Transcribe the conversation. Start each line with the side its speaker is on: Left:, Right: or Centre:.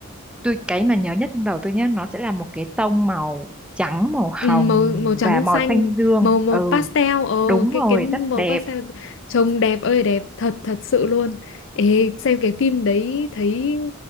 Centre: tôi cái mà nhớ nhất trong đầu tôi nhé nó sẽ là một cái tông màu trắng màu hồng
Left: Ừ, màu màu trắng
Centre: và màu
Left: xanh
Centre: xanh dương
Left: màu màu
Centre: ừ
Left: pastel ồ
Centre: đúng
Left: cái
Centre: rồi
Left: cái màu
Centre: rất đẹp
Left: pastel trông đẹp ơi đẹp thật thật sự luôn Ê, xem cái phim đấy thấy